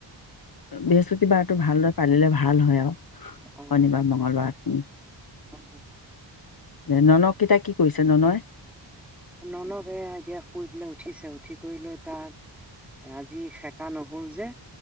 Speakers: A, on the left (about 50°); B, in the centre.
A: বৃহস্পতিবাৰটো ভালদৰে পালিলে ভাল হয় আৰু।
B: অ
A: শনিবাৰ, মংগলবাৰ খিনি
B: অ
A: এ ননকিতাই কি কৰিছে, ননয়?
B: ননক এয়া এতিয়া শুই পেলাই উঠিছে, উঠি কৰি লৈ তাক আজি সেকা নহল যে।